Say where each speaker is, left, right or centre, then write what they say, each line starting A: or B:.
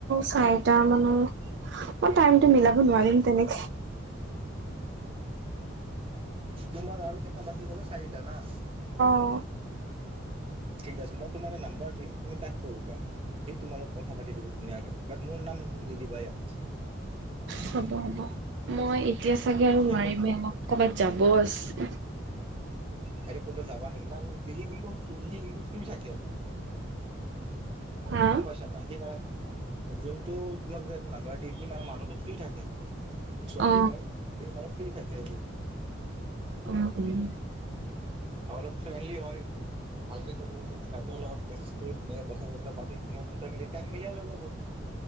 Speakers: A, on the right; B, on the right.
A: চাৰিটা মানৰ মই টাইমতটো মিলাব নোৱাৰিম তেনেকে
B: তোমাৰ আৰু কেইটা বাকি গলে চাৰিটা না
A: অ
B: ঠিক আছে মই তোমাক নাম্বাৰ দিম তুমি তাক কৰিবা সেই তোমালত কথা পাতি দিব ধুনীয়াকে বাট মোৰ নাম নিদিবা ইয়াত।
A: হ'ব হ'ব মই এতিয়া চাগে আৰু
B: সি
A: নোৱাৰিমে
B: মোক
A: আমাক কবাত যাব আছে
B: হে ক'বাত যাবা নেকি না সিলি কিন্তু সিলি কিন্তু ফ থাকে
A: হা?
B: গম পইছা নাই সিমানে যোনটো তোমাক যে এটা নাম্বৰ দিয়ে মানে মানুহটো চুই থাকে ছোৱালী
A: অ
B: হয় এই মানে ফ্ৰী থাকে আজি।
A: উম উম
B: আৰু অলপ ফ্ৰেণ্ডলি হয় ভালকেতো ভালপোৱাৰ ল'গত মে'ছে'ছ কৰি কথা- বতা পাতি টাইম মিলাই ললে হল